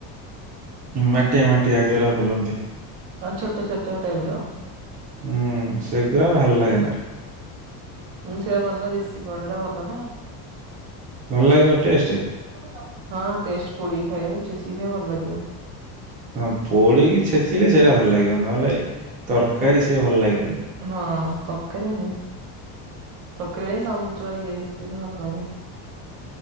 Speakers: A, on the right (about 20°); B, on the right (about 80°).
A: ମାଟିଆ ମାଟିଆ ଯୋଉରା ବୁଲନ୍ତି।
B: ହଁ ଛୋଟ ଛୋଟ ଟାଇପର।
A: ହୁଁ ସେଗୁରା ଭଲ ଲାଗେନା।
B: ହୁଁ ସେରା ଭଲ ଦେଶୀ କଙ୍କଡା ଟା ଭଲ
A: ଭଲ ଲାଗିବ ଟେଷ୍ଟ
B: ନା। ହଁ ଟେଷ୍ଟ ପୋଡିକି ଖାଇବ ଛେଚିକି ଖାଇବ ଭଲ ଲାଗିବ।
A: ହଁ ପୋଡିକି ଛେଚିଲେ ସେଇରା ଭଲ ଲାଗିବ ନହେଲେ ତରକାରୀ ସିଏ ଭଲ ଲାଗିବନି।
B: ହଁ ତରକାରୀ ନାଇଁ ତରକାରୀ ହିଁ ସମୁଦ୍ର ଇଏ ସେ ଭଲ ଲାଗେ।